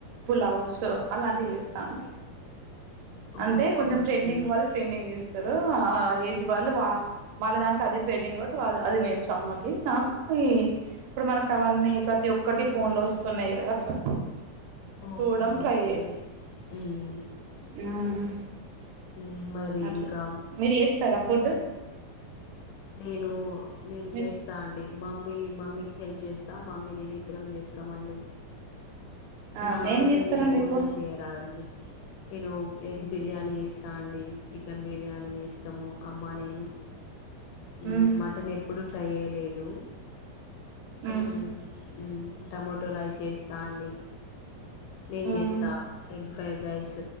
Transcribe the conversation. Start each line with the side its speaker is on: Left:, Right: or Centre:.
Right: పులవస్ అలాంటివి చేస్తా అండి. అంటే
Left: ఓకే
Right: కొంచెం
Left: ఓకే
Right: ట్రెండింగ్
Left: అండి
Right: వాళ్ళు, ట్రెండింగ్ చేస్తరు ఆ ఏజ్ వాళ్ళు వా వాళ్ళ దాంట్లో అది ట్రేడింగ్, టో అది అది నేర్చుమ్మకి నాకు ఈ ఇప్పుడు మనకవన్నీ ప్రతి ఒక్కటి ఫోన్లో ఒస్తున్నాయి కదా అట్లా.
Left: ఓకే
Right: చూడడం
Left: ఓకే
Right: ట్రై
Left: అండి, ఉమ్
Right: ఉమ్
Left: ఉమ్, మరి
Right: అట్ల,
Left: ఇంకా
Right: మీరు చేస్తరా ఫుడ్డు?
Left: నేను నేను
Right: మీరు
Left: చేస్త స్తా అండి మమ్మీ మమ్మీకి హెల్ప్ చేస్తా, మమ్మీ నేను ఇద్దరం చేస్తామండి.
Right: అవును
Left: నాంతటా
Right: ఏం చేస్తారండి
Left: నేను ఓన్గా
Right: ఎక్కువ
Left: చేయరాదండి, నేను ఎగ్ బిర్యానీ చేస్ తాండి చికెన్ బిర్యానీ చేస్తము అమ్మ నేను. ఉమ్
Right: హ్మ్
Left: మటన్ ఎప్పుడు ట్రై చేయలేదు,
Right: హ్మ్
Left: ఉమ్ ఉమ్ టమోటో రైస్ చేస్తా అండి, నేన్
Right: హ్మ్
Left: చేస్తా ఎగ్ ఫ్రైడ్ రైస్